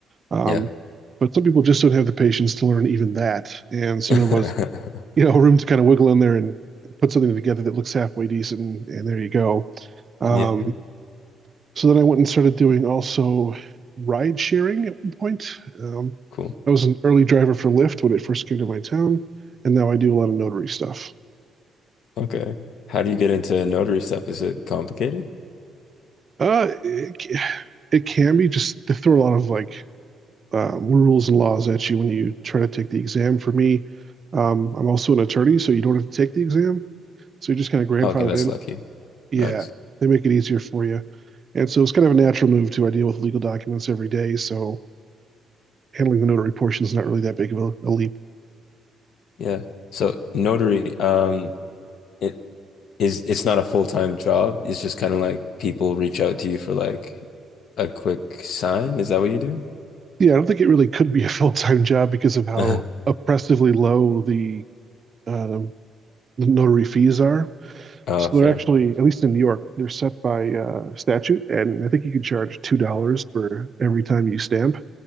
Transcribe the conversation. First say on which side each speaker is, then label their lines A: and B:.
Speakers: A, on the right (about 45°); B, on the left (about 70°).
A: Um,
B: Yeah.
A: but some people just don't have the patience to learn even that, and so
B: <laughs>
A: there was you know room to kind of wiggle in there and put something together that looks halfway decent, and, and there you go. Um,
B: Yeah,
A: so then I went and started doing also ride sharing at one point. Um,
B: cool.
A: I was an early driver for Lyft when it first came to my town, and now I do a lot of notary stuff.
B: Okay. How do you get into notary stuff? Is it complicated?
A: Uh, it, it can be just they throw a lot of like um, rules and laws at you when you try to take the exam. For me, um, I'm also an attorney, so you don't have to take the exam. So you're just kind of grandfathered
B: Okay, that's
A: in.
B: lucky.
A: Yeah,
B: Nice.
A: they make it easier for you. And so it's kind of a natural move to I deal with legal documents every day. So handling the notary portion is not really that big of a, a leap.
B: Yeah. So notary, um, it is it's not a full-time job. It's just kind of like people reach out to you for like a quick sign. Is that what you do?
A: Yeah, I don't think it really could be a <laughs> full time job because of how
B: <laughs>
A: oppressively low the, um, the notary fees are.
B: Oh,
A: So
B: fair.
A: they're actually, at least in New York, they're set by uh, statute. And I think you can charge $2 for every time you stamp.